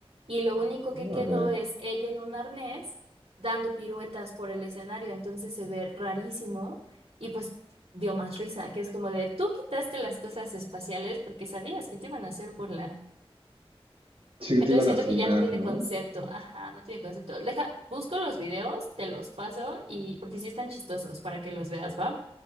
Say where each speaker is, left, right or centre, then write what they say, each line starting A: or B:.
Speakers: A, on the right; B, on the right.
A: Y lo único que
B: órale.
A: quedó es ella en un arnés dando piruetas por el escenario. Entonces se ve rarísimo y pues dio más risa, que es como de, tú quitaste las cosas espaciales porque sabías que te iban a hacer burla.
B: Sí,
A: Entonces
B: que te iban
A: siento
B: a funar,
A: que ya no tiene
B: ¿no?
A: concepto. Ajá, no tiene concepto. Deja, busco los videos, te los paso y porque sí están chistosos para que los veas, ¿va?